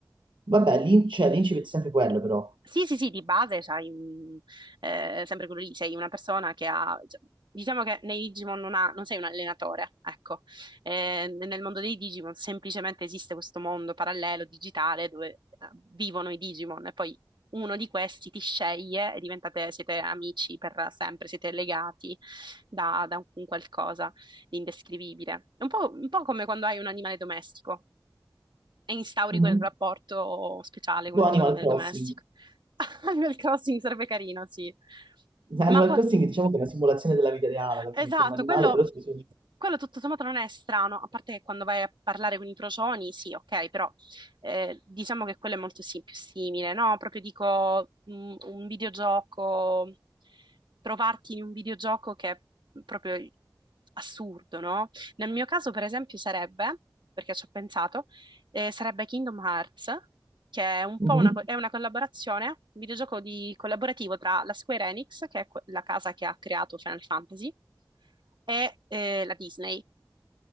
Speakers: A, on the right; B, on the right.
A: Vabbè, l'in- cioè, l'incipit è sempre quello, però.
B: Sì, sì, sì, di base c'hai un- eh, sempre quello lì, sei una persona che ha, cioè, diciamo che nei Digimon non, ha- non sei un allenatore, ecco. Eh, nel mondo dei Digimon semplicemente esiste questo mondo parallelo, digitale, dove eh, vivono i Digimon e poi uno di questi ti sceglie e diventate, siete amici per sempre, siete legati da, da un qualcosa di indescrivibile. È Un po', un po' come quando hai un animale domestico, e instauri
A: Mhm.
B: quel rapporto speciale
A: Tipo
B: con il
A: Animal
B: tuo animale
A: Crossing.
B: domestico. <laughs> Animal Crossing sarebbe carino, sì.
A: Animal
B: Ma qua-
A: Crossing diciamo che è una simulazione della vita reale, alla
B: esatto,
A: fine con un animale,
B: quello,
A: però si sono...
B: quello tutto sommato non è strano, a parte che quando vai a parlare con i procioni, sì, ok, però eh, diciamo che quello è molto sì- più simile, no? Proprio dico mh, un videogioco, trovarti in un videogioco che è proprio assurdo, no? Nel mio caso, per esempio, sarebbe, perché ci ho pensato, eh, sarebbe Kingdom Hearts, che è un
A: Mhm.
B: po' una, co- è una collaborazione, un videogioco di- collaborativo tra la Square Enix, che è que- la casa che ha creato Final Fantasy, e eh, la Disney